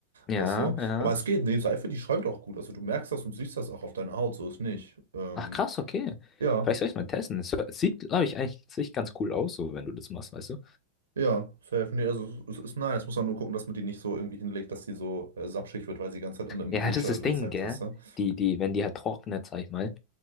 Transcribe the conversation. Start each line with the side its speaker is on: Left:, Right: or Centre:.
Left: Ja,
Right: Weißt du?
Left: ja.
Right: Aber es geht. Nee, Seife, die schäumt auch gut. Also du merkst das und siehst das auch auf deiner Haut, so ist nicht. Ähm,
Left: Ach, krass, okay.
Right: ja.
Left: Vielleicht soll ich es mal testen. Es hör- sieht, glaube ich, eigentlich sieht ganz cool aus, so, wenn du das machst, weißt du?
Right: Ja, safe. Nee, also es ist nice. Muss man nur gucken, dass man die nicht so irgendwie hinlegt, dass die so äh, sapschig wird, weil sie die ganze Zeit unter dem
Left: Ja,
Right: Dusch
Left: das
Right: hält
Left: ist das Ding,
Right: oder Sex
Left: gell?
Right: ist. Ne?
Left: Die, die, wenn die halt trocknet, sag ich mal.